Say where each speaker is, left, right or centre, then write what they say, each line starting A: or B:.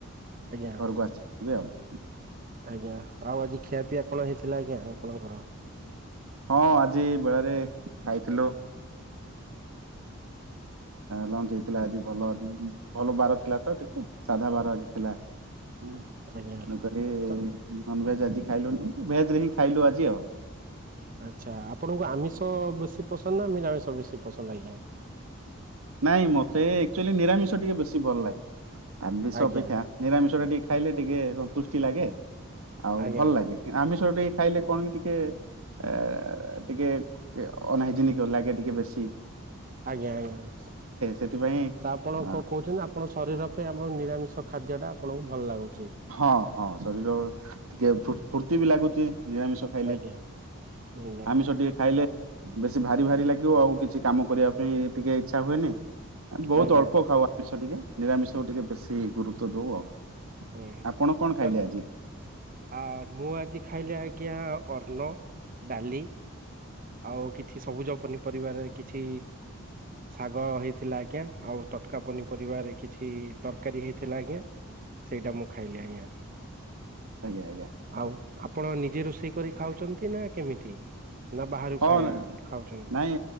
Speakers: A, on the right; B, on the right.
A: ଆଜ୍ଞା
B: ଘରକୁ ଆସିିବ ଆଉ।
A: ଆଜ୍ଞା ଆଉ ଆଜି ଖିଆପିଆ କଣ ହେଇଥିଲା ଆଜ୍ଞା ଆପଣଙ୍କର।
B: ହଁ ଆଜି ବେଳାରେ ଖାଇଥିଲୁ।
A: <inaudible>
B: ଲଞ୍ଚ ହେଇଥିଲା ଆଜି ଭଲ ଭଲ ବାର ଥିଲା ତ ଟିକେ ସାଧା ବାର ଆଜି ଥିଲ ତେଣୁକରି
A: ଆଜ୍ଞା ତ
B: ନନଭେଜ ଆଜି ଖାଇଲୁନି ଭେଜ ରେ ହିଁ ଖାଇଲୁ ଆଜି ଆଉ।
A: ଆଚ୍ଛା ଆପଣଙ୍କୁ ଆମିଷ ବେଶୀ ପସନ୍ଦ ନା ନିରାମିଷ ବେଶୀ ପସନ୍ଦ ଆଜ୍ଞା।
B: ନାଇଁ ମତେ ଆଚୁଆଲି ନିରାମିଷ ଟିକେ ବେଶୀ ଭଲ ଲାଗେ। ଆମିଷ
A: ଆଜ୍ଞା
B: ଅପେକ୍ଷା ନିରାମିଷ ଟା ଟିକେ ଖାଇଲେ ଟିକେ ସନ୍ତୁଷ୍ଟି ଲାଗେ। ଆଉ
A: ଆଜ୍ଞା
B: ଭଲ ଲାଗେ ଆମିଷ ଟିକେ ଖାଇଲେ କଣ କି ଟିକେ। ଏ ଟିକେ ଅନହିଜିିନ କ ଲାଗେ ଟିକେ ବେଶି।
A: ଆଜ୍ଞା ଆଜ୍ଞା। ତ
B: ସେଥିପାଇଁ
A: ଆପଣ
B: ଅ,
A: କଣ କହୁଛନ୍ତି ଆପଣ ଶରୀର ପାଇଁ ଆପଣ ନିରାମିଷ ଖାଦ୍ୟ ଟା ଆପଣଙ୍କୁ ଭଲ ଲାଗୁଛି।
B: ହଁ ହଁ ଶରୀର ଟିକେ ଫୁର୍ତ୍ତି ବି ଲାଗୁଛି। ନିରାମିଷ ଖାଇଲେ
A: ଆଜ୍ଞା ଆଜ୍ଞା
B: ଆମିଷ ଟିକେ ଖାଇଲେ ବେଶୀ ଭାରି ଭାରି ଲାଗିବ ଆଉ କିଛି। କାମ କରିବା ପାଇଁ ଟିକେ ଇଚ୍ଛା ହୁଏନି ବହୁତ
A: ଆଜ୍ଞା
B: ଅଳ୍ପ ଖାଉ ଆମିଷ ଟିକେ। ନିରାମିଷକୁ ଟିକେ ବେଶୀ ଗୁରୁତ୍ଵ ଦଉ ଆଉ।
A: ଓ ହୋ
B: ଆପଣ କଣ ଖାଇଲେ
A: ତ
B: ଆଜି?
A: ଆଉ ମୁଁ ଆଜି ଖାଇଲେ ଆ ଆଜ୍ଞା ଅନ୍ନ ଡାଲି। ଆଉ କିଛି ସବୁଜ ପନିପରିବାରରେ କିଛି ଶାଗ ହେଇଥିଲା ଆଜ୍ଞା ଆଉ ତଟକା ପନିପରିବାରେ କିଛି ତରକାରୀ ହେଇଥିଲା ଆଜ୍ଞା। ସେଇଟା ମୁଁ ଖାଇଲି ଆଜ୍ଞା।
B: ଆଜ୍ଞା ଆଜ୍ଞା।
A: ଆଉ ଆପଣ ନିଜେ ରୋଷେଇ କରି ଖାଉଛନ୍ତି ନା କେମିତି ନା ବାହାରାରୁକୁ
B: ହଁ
A: ଖାଇବା
B: ନା
A: ଖାଉ।
B: ନାଇଁ